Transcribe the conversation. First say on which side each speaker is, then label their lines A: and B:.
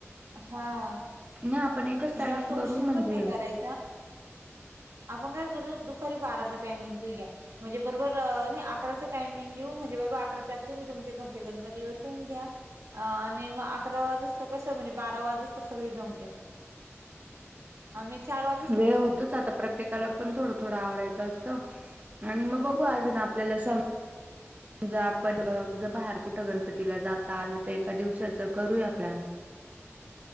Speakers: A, on the right; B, on the right.
A: हां..
B: नाही आपण एकच
A: म्हणजे
B: टायमिंग
A: जास्तं
B: करू
A: उशीर
B: म्हणजे
A: पण नाही कराय. आपण काय करूं दुपारी बाराच टायमिंग ठेऊ या. म्हणजे बरोबर नाही अकराचं टायमिंग देऊ म्हणजे, बरोबर अकराच्या आत तुम्ही तुमच्या घरचे गणपती बसून घ्या. अ आणि मग अकरा वाजुस्त कस म्हणजे, बारा वाजुस्त सगळी जमतील. आम्ही चार वाजे
B: वेळ होतोच आता प्रत्येकाला पण थोडं थोडं आवरायचं अस आणि मग
A: हम्म
B: बघू अजून, आपल्याला सम जर आपण जर बाहेर कुठं, गणपतीला जाता आलं तर एका दिवसाच करूया प्लॅन.